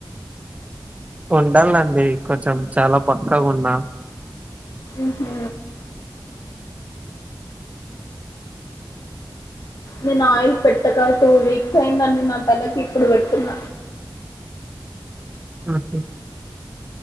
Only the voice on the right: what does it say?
ఉండల్లండి కొంచం చాలా పక్కగున్నా
ఊహు